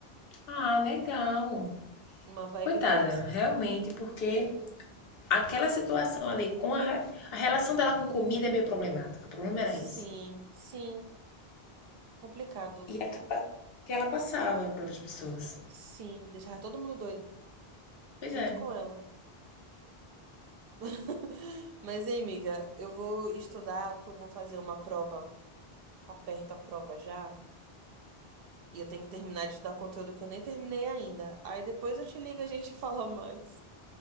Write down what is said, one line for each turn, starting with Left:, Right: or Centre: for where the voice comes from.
Left: Ah, legal.
Right: uma vibe
Left: Coitada,
Right: dessas.
Left: realmente, porque aquela situação ali com a, re- a relação dela com comida é meio problemática. O problema era
Right: Sim,
Left: isso.
Right: sim, complicado.
Left: E acaba que ela passava para outras pessoas.
Right: Sim, deixar todo mundo doido
Left: Pois
Right: junto
Left: é.
Right: com ela. <laughs> Mas, hein, amiga, eu vou estudar porque eu vou fazer uma prova. Tá perto a prova já. E eu tenho que terminar de estudar conteúdo que eu nem terminei ainda. Aí depois eu te ligo e a gente <laughs> fala mais.